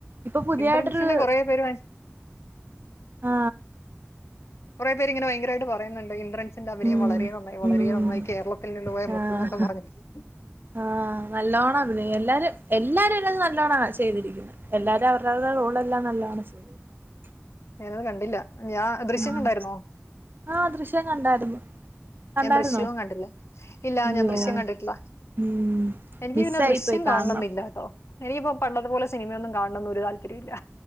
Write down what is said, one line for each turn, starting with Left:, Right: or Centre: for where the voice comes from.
Right: ഇപ്പൊ പുതിയായിട്ടൊരു
Left: ഇന്ദ്രൻസിന്റെ കുറേ പേര്
Right: ആ
Left: കുറേ പേര് ഇങ്ങനെ ഭയങ്കരയിട്ട് പറയുന്നുണ്ട് ഇന് സിന്റെ അഭിനയം
Right: ഉം
Left: വളരെ നന്നായി വളരെ
Right: ഉം
Left: നന്നായി കേരളത്തിൽ നിന്ന് പോയ മുത്ത്ന്നൊക്ക
Right: ആഹ്
Left: പറഞ്ഞിട്ട്
Right: ആഹ് നല്ലോണം അഭിനയി എല്ലാരും എല്ലാരും അതിനാത്ത് നല്ലോണാ ചെയ്തിരിക്കുന്നെ എല്ലാരടേം അവരവരടെ റോളെല്ലാം നല്ലോണം ചെയ്യും <unintelligible>
Left: ഞങ്ങള് കണ്ടില്ല ഞാ ദൃശ്യം
Right: ഉം
Left: കണ്ടായിരുന്നോ
Right: ആഹ് <unintelligible> കണ്ടായിരുന്നോ
Left: ഞാൻ ദൃശ്യവും കണ്ടില്ല ഇല്ലാ
Right: അയ്യോ
Left: ഞാൻ ദൃശ്യം കണ്ടിട്ടില്ല
Right: ഉം
Left: എനിക്ക്
Right: മിസ്സായി
Left: പിന്നെ ദൃശ്യം
Right: പോയി
Left: കാണണംന്നില്ലാട്ടോ
Right: കാണണം
Left: എനിക്കിപ്പോ പണ്ടത്തെപ്പോലെ സിനിമയൊന്നും കാണണംന്ന് ഒരു താല്പര്യുല്ല്യ